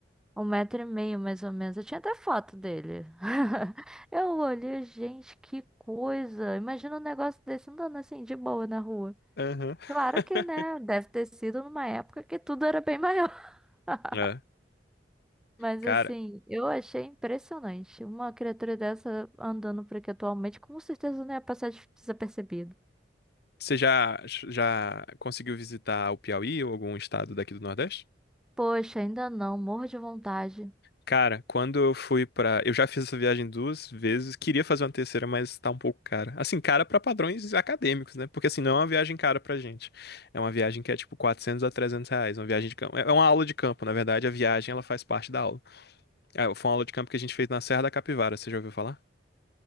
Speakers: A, in the centre; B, on the left.
A: Um metro e meio, mais ou menos. Eu tinha até foto dele. <laughs> Eu olhei, gente, que coisa. Imagina um negócio desse andando assim, de boa na rua.
B: Aham.
A: Claro
B: <laughs>
A: que, né? Deve ter sido numa época que tudo era bem maior. <laughs>
B: É.
A: Mas
B: Cara,
A: assim, eu achei impressionante. Uma criatura dessa andando por aqui atualmente, com certeza não ia passar des- desapercebido.
B: você já, já conseguiu visitar o Piauí ou algum estado daqui do Nordeste?
A: Poxa, ainda não, morro de vontade.
B: Cara, quando eu fui pra. Eu já fiz essa viagem duas vezes, queria fazer uma terceira, mas tá um pouco cara. Assim, cara pra padrões acadêmicos, né? Porque assim, não é uma viagem cara pra gente. É uma viagem que é tipo 400 a 300 reais, uma viagem de campo. É uma aula de campo, na verdade, a viagem ela faz parte da aula. Ah, foi uma aula de campo que a gente fez na Serra da Capivara, você já ouviu falar?